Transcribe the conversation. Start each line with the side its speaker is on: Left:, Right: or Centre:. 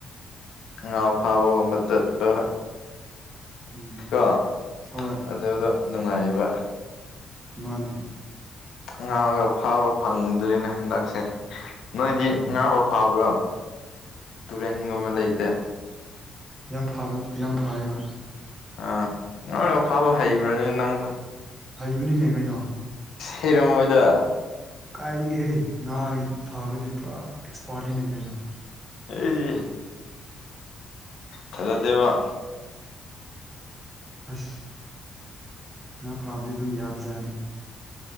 Left: ꯉ ꯐꯥꯕꯒꯝꯕ ꯇ ꯏꯄ
Right: ꯎꯝ
Left: ꯀꯣ
Right: ꯍꯣꯏ
Left: ꯑꯗꯨꯗꯣ ꯅꯨꯡꯉꯥꯏꯕ
Right: ꯃꯥꯅꯦ
Left: ꯉꯥꯡꯉꯒ ꯐꯥꯕ ꯐꯪꯗ꯭ꯔꯦꯅꯦ ꯍꯟꯗꯛꯁꯦ ꯅꯣꯏꯗꯤ
Right: ꯎꯝ
Left: ꯉꯥ ꯐꯥꯎ ꯐꯥꯕ꯭ꯔꯣ ꯇꯨꯔꯦꯟꯒꯨꯝꯕ ꯂꯩꯇꯦ
Right: ꯌꯥꯝꯕ ꯌꯥꯝ ꯐꯕ
Left: ꯑ ꯉꯣꯏ ꯑꯐꯕ ꯍꯩꯕ꯭ꯔꯅꯤ ꯅꯪꯗ
Right: ꯍꯩꯕꯅꯤꯅꯦ ꯀꯩꯅꯣ
Left: ꯍꯩꯔꯝꯃꯣꯏꯗ
Right: ꯀꯥꯏꯗꯒꯤꯦ ꯍꯦ ꯉꯥꯒꯤ ꯐꯕꯗꯤ ꯄꯨꯔꯥ ꯑꯦꯛꯁꯄꯥꯔꯠꯅꯤꯅꯦꯩ ꯀꯩꯅꯣ
Left: ꯑꯦ ꯈꯖꯗꯕ
Right: ꯑꯁ ꯉꯥ ꯐꯥꯕꯗꯤ ꯑꯗꯨꯝ ꯌꯥꯕꯖꯥꯠꯅꯤ